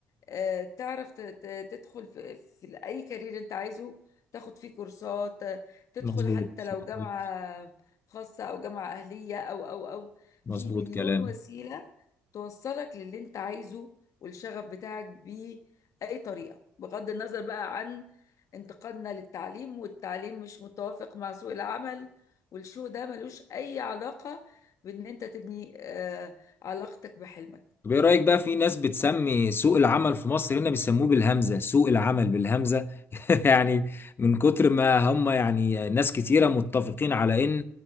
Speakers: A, on the left; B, on the left.
A: آه، تعرف ت- ت- تدخل في, في أي كارير أنت عايزه تاخد فيه كورسات آه، تدخل
B: مظبوط
A: حتى لو
B: مظبوط
A: جامعة خاصة أو جامعة أهلية أو أو أو
B: مظبوط
A: في مليون
B: كلام
A: وسيلة توصلك للي أنت عايزه والشغف بتاعك بأي طريقة بغض النظر بقى عن انتقادنا للتعليم والتعليم مش متوافق مع سوق العمل والشو ده ملوش أي علاقة بإن أنت تبني آه، علاقتك بحلمك
B: طب ايه رأيك بقى في ناس بتسمي سوق العمل في مصر هنا بيسموه بالهمزة سوق العمل بالهمزة <laughs> يعني من كتر ما هم يعني ناس كتيرة متفقين على ان